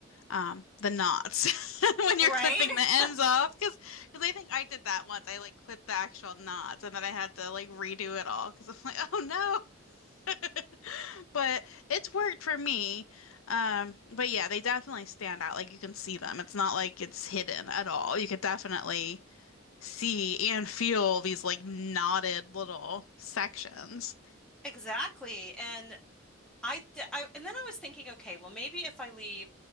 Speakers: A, on the left (about 80°); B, in the centre.
A: um, the knots <laughs> when you're
B: Right?
A: clipping the ends
B: <laughs>
A: off because I think I did that once. I like clipped the actual knots and then I had to like redo it all because I'm like, oh no. <laughs> but it's worked for me. Um, but yeah, they definitely stand out. Like you can see them. It's not like it's hidden at all. You could definitely see and feel these like knotted little sections.
B: Exactly. And I th- I and then I was thinking, okay, well, maybe if I leave